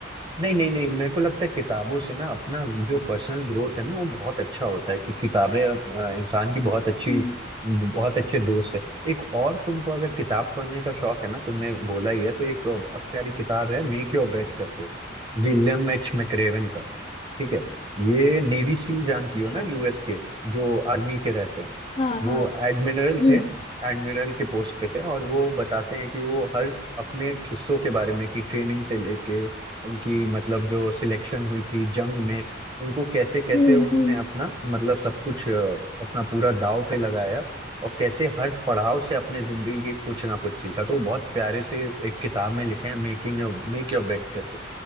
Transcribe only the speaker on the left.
हम्म।
अच्छा
हाँ
हाँ
हम्म
हम्म
हम्म